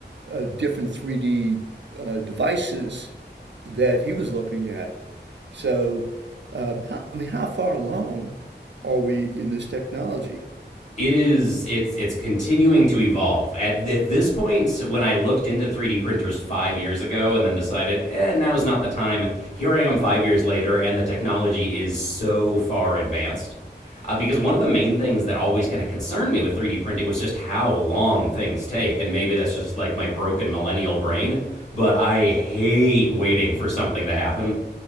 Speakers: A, on the right; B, on the left.
A: uh, different 3D uh, devices that he was looking at. So, um, how, I mean, how far along are we in this technology?
B: It is it's it's continuing to evolve. At, at this point, when I looked into 3D printers five years ago and then decided, eh, now is not the time. Here I am five years later, and the technology is so far advanced. Uh, because one of the main things that always kind of concerned me with 3D printing was just how long things take, and maybe that's just like my broken millennial brain. But I hate waiting for something to happen.